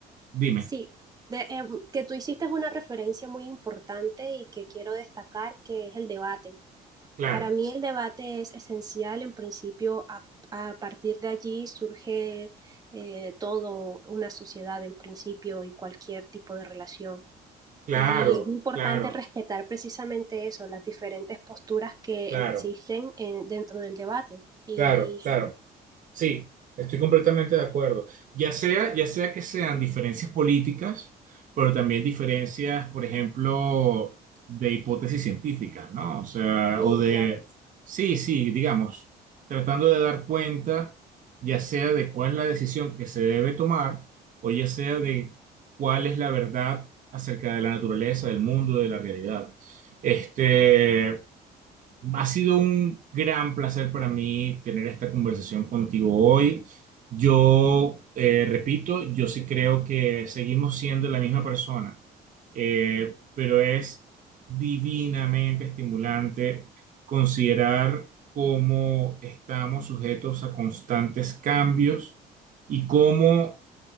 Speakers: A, on the right; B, on the right.
A: dime.
B: Sí, de, eh, que tú hiciste una referencia muy importante y que quiero destacar, que es el debate.
A: Claro,
B: Para mí el debate es esencial, en principio, a, a partir de allí surge eh, todo una sociedad, en principio, y cualquier tipo de relación.
A: claro,
B: Y es importante
A: claro,
B: respetar precisamente eso, las diferentes posturas que
A: claro,
B: existen eh, dentro del debate. Y,
A: claro, claro. Sí, estoy completamente de acuerdo. Ya sea, ya sea que sean diferencias políticas, pero también diferencias, por ejemplo, de hipótesis científicas, ¿no? O sea,
B: y
A: o de,
B: claro,
A: sí, sí, digamos, tratando de dar cuenta, ya sea de cuál es la decisión que se debe tomar, o ya sea de cuál es la verdad acerca de la naturaleza, del mundo, de la realidad. Este, ha sido un gran placer para mí tener esta conversación contigo hoy. Yo, eh, repito, yo sí creo que seguimos siendo la misma persona, eh, pero es divinamente estimulante considerar cómo estamos sujetos a constantes cambios y cómo